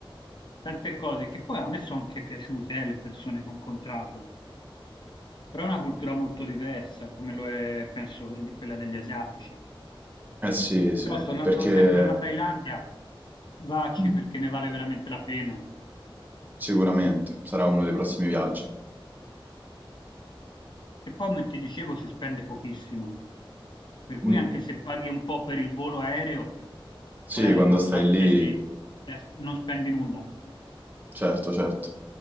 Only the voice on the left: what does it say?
tante cose che poi a me sono anche piaciute, eh, le persone che ho incontrato, però è una cultura molto diversa, come lo è, penso, quelli- quella degli asiatici. Eh
Però sì, tornando
sempre alla Thailandia, vacci
perché ne vale veramente la pena.
E poi, come ti dicevo, si spende pochissimo. Per cui
anche se paghi un po' per il volo aereo,
poi arrivato
là
spendi, eh, non spendi nulla.